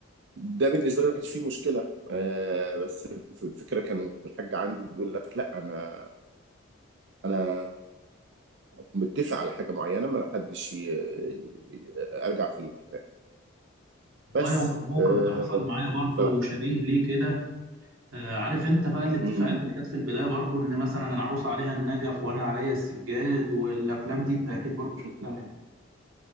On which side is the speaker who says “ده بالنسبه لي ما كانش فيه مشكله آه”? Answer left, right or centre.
Right